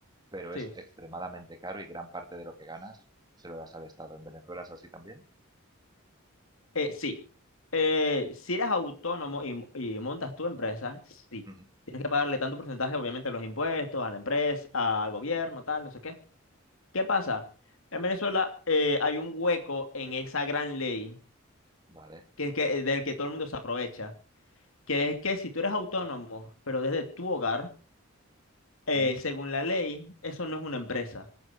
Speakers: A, on the right; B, on the left.
A: pero
B: sí.
A: es extremadamente caro y gran parte de lo que ganas se lo das al Estado. ¿En Venezuela es así también?
B: Eh, sí. Eh, si eres autónomo y, mo- y montas tu empresa, sí.
A: Ujú,
B: Tienes que pagarle tanto porcentaje, obviamente, a los impuestos, a la empresa, al gobierno, tal, no sé qué. ¿Qué pasa? En Venezuela eh, hay un hueco en esa gran ley,
A: Vale.
B: que es que, del que todo el mundo se aprovecha, que es que si tú eres autónomo, pero desde tu hogar, eh,
A: Mm,
B: según la ley, eso no es una empresa